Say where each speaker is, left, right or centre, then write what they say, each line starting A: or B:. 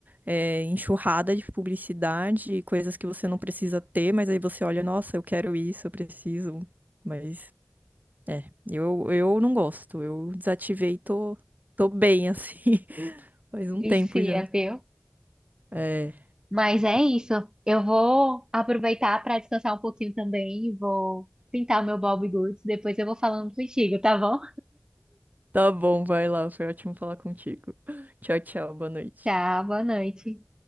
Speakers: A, on the right; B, on the right.
A: é, enxurrada de publicidade, coisas que você não precisa ter, mas aí você olha, nossa, eu quero isso, eu preciso. Mas, é, eu, eu não gosto, eu desativei, tô, tô bem assim, <laughs> faz um
B: Vicia,
A: tempo já.
B: viu?
A: É,
B: Mas é isso. Eu vou aproveitar para descansar um pouquinho também, vou pintar o meu Bob Goods, depois eu vou falando contigo, tá bom?
A: tá bom, vai lá, foi ótimo falar contigo. Tchau, tchau, boa noite.
B: Tchau, boa noite.